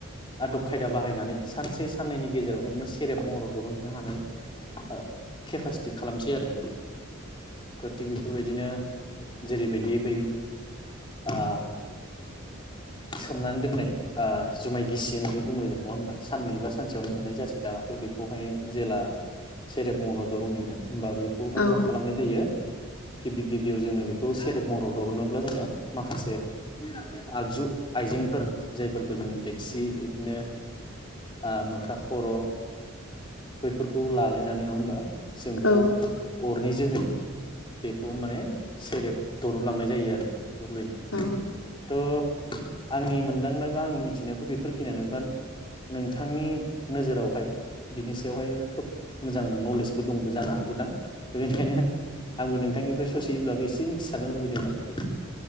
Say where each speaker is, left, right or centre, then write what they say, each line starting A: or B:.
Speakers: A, on the left; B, on the left.
A: आदब खायदा बाहायनानै सानसे साननैनि गेजेरावनो माने सेरेब महराव दरुनहैनो हानाय ओ केपासिटि खालामसै आरो थ थिग बेफोरबायदिनो जेरैबायदि बै ओ सोमनानै दोननाय ओ जुमाय गिसि होननानै बुङो जों नङा ओमबा साननै बा सानसेयावनो मोननाय जासै दानाथ बेखौहाय जेला सेरेब महराव दुरन हैगोन। होमबा बेखौहाय
B: औ
A: मा खालामनाय जायो? गिबि गिबियाव जोंनो बेखौ सेरेब महराव दुरनोब्ला जोङो माखासे आगजु आइजेंफोर जायफोरखौ जों देक्सि, इदिनो ओ मोख्रा खर' बैफोरखौ लालायनानै नङा होमबा जों बेखौ
B: औ
A: अरनि जोहै बेखौ माने सेरेब दरुनलांनाय जायो आरोखि फोरबायदि
B: औ
A: थ आंनि मोन दांनायबा आंनि मिथिनायाथ बेफोरखिनियानो बाद नोंथांनि नोजोरावहाय बिनि सायावहाय खोब मोजां नलेजबो दंबो जानो हागौदां बेनिखायनो आंबो नोंथांनिफ्राय ससेयैब्लाबो इसे मिथिसानो लुुबैदों आरोखि।